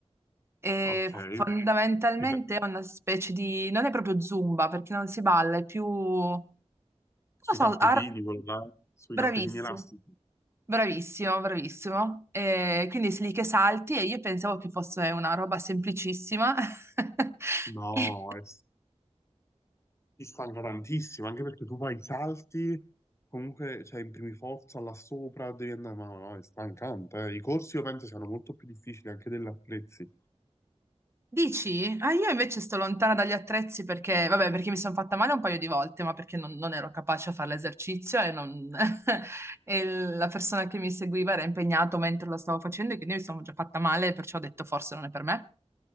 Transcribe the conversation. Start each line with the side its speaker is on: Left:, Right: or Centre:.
Right: e
Left: Ok,
Right: fondamentalmente
Left: sui ta-
Right: è una specie di... non è proprio Zumba perché non si balla, è più... non
Left: sui
Right: lo so,
Left: tappetini,
Right: ar-
Left: quello là, sui
Right: bravissimo,
Left: tappetini elastici.
Right: bravissimo, bravissimo. E quindi sei lì che salti e io pensavo che fosse una roba semplicissima. <laughs>
Left: No,
Right: E-
Left: è, Ti stanca tantissimo, anche perché tu fai i salti, comunque cioè, imprimi forza là sopra, devi andare, ma no, è stancante. eh. I corsi io penso siano molto più difficili anche degli attrezzi.
Right: Dici? Ah, io invece sto lontana dagli attrezzi perché, vabbè, perché mi sono fatta male un paio di volte, ma perché non, non ero capace a fare l'esercizio e, non- <laughs> e la persona che mi seguiva era impegnato mentre lo stavo facendo e quindi mi sono già fatta male, perciò ho detto forse non è per me.